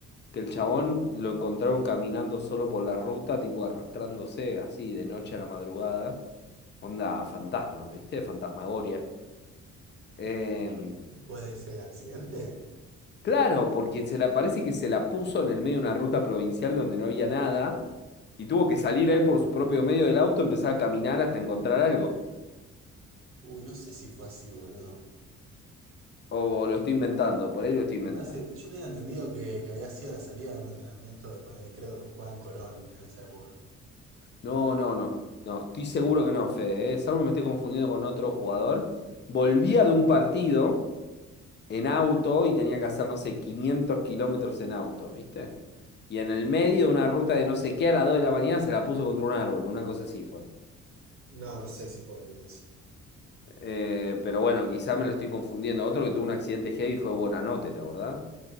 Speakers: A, on the left; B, on the right.
A: que el chabón lo encontraron caminando solo por la ruta, tipo arrastrándose así de noche a la madrugada. Onda fantasma, ¿viste? Fantasmagoria. Eh,
B: Después de ese accidente,
A: Claro, porque se la, parece que se la puso en el medio de una ruta provincial donde no había nada y tuvo que salir él por su propio medio del auto, empezar a caminar hasta encontrar algo.
B: uy, no sé si fue así, boludo.
A: O, lo estoy inventando, por ahí lo estoy inventando.
B: Me parece, yo tenía entendido que, que había sido la salida de un entrenamiento de poner, creo que jugaba en Colón en esa época.
A: No, no, no, no, estoy seguro que no, Fede, ¿eh? Salvo me estoy confundiendo con otro jugador. Volvía de un partido en auto y tenía que hacer, no sé, 500 kilómetros en auto, ¿viste? Y en el medio de una ruta de no sé qué a las 2 de la mañana se la puso contra un árbol, una cosa así fue.
B: No, no sé si fue entonces.
A: Eh, pero bueno, quizá me lo estoy confundiendo. Otro que tuvo un accidente heavy fue Buonanotte, ¿te acordás?